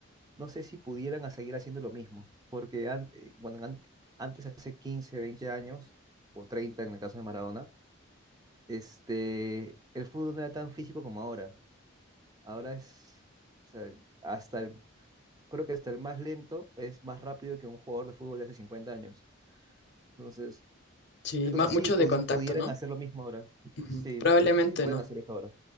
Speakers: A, on the right; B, on the left.
A: no sé si pudieran a seguir haciendo lo mismo, porque an- eh, bueno, an- antes, hace 15 20 años, o 30 en el caso de Maradona, este, el fútbol no era tan físico como ahora. Ahora es, o sea, hasta el, creo que hasta el más lento es más rápido que un jugador de fútbol de hace 50 años. Entonces,
B: Sí,
A: entonces
B: ma- mucho
A: sí, pudi-
B: de contacto,
A: pudieran
B: ¿no?
A: hacer lo mismo ahora.
B: Ujú.
A: Sí,
B: Probablemente
A: no sé, no sé si pueden
B: no.
A: hacer eso ahora.